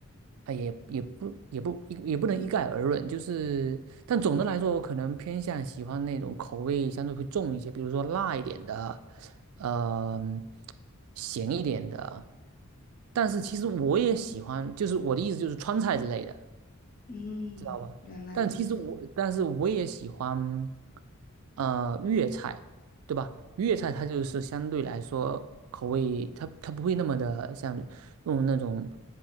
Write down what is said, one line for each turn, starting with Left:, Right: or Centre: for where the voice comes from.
Right: 啊也也不也不也也不能一概而论，就是但总的来说，我可能偏向喜欢那种口味相对会重一些，比如说辣一点的，呃，咸一点的，但是其实我也喜欢，就是我的意思就是川菜之类的。
Left: 嗯，
Right: 知道吧？
Left: 原来如此，
Right: 但其实我，但是我也喜欢，呃，粤菜，对吧？粤菜它就是相对来说口味，它它不会那么的像用那种，